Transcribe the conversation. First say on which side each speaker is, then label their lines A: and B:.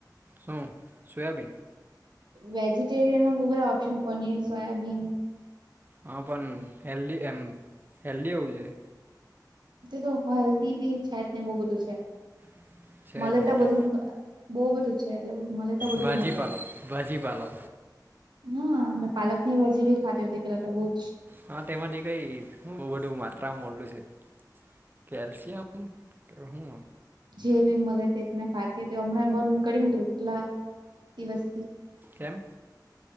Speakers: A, on the right; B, on the right.
A: શું સોયાબીન?
B: વેજીિટેરિયન માં બહુ બધા ઓપ્શન પનીર સોયાબીન
A: હા પણ હેલ્ધી એમ હેલ્દી હોવું જોઈએ.
B: તે તો હલ્દી બી છે ને બહુ બધું છે.
A: <inaudible>
B: મલે તો
A: એટલે
B: બધું જ બહુ બધું છે એટલે મલે તો બધું
A: ભાજીપાલો
B: જ મલે.
A: ભાજીપાલો
B: હા મે પાલક ની ભાજી ભી ખાતી હો હતી પેલા તો બહું જ.
A: હા તેમાંથી કઈ બહુ બધું માત્રા મળલું છે. કેલ્શિયમ કે હુંમ.
B: જે બી મળે તે મેને ખાતી તો હમણાં બંધ કરી મકું કેટલા દિવસથી,
A: કેમ